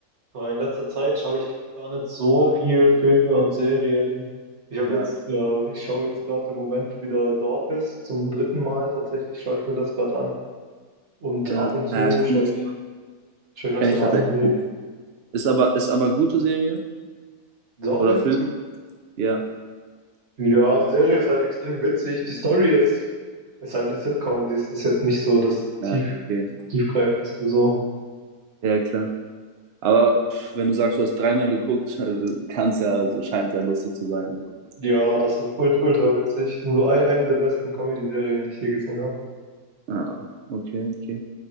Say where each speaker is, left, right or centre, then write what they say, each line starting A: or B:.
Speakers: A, on the right; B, on the right.
A: Aber in letzter Zeit schaue ich gar nicht so viel Filme und Serien. Ich habe
B: Ja,
A: jetzt, äh, ich schaue jetzt gerade im Moment wieder The Office zum dritten Mal. Tatsächlich schaue ich mir das gerade an. Und
B: Ja,
A: ab und zu
B: äh, kenne
A: schaue
B: ich,
A: ich, schaue ich noch
B: kenn
A: so
B: ich
A: ein
B: tatsächlich.
A: Anime.
B: Ist aber, ist aber gute Serie
A: The Office?
B: oder Film? Ja,
A: Ja, die Serie ist halt extrem witzig. Die Story ist, ist halt eine Sitcom. Die ist, ist jetzt nicht so das
B: ja,
A: tief,
B: okay.
A: tiefgreifendste so.
B: ja, klar. Aber pff, wenn du sagst, du hast dreimal geguckt, kann es ja, also scheint ja lustig zu sein. So.
A: Ja, das ist ult ultra witzig. So ei- eine der besten Comedy-Serien, die ich je gesehen habe.
B: Ah, okay, okay.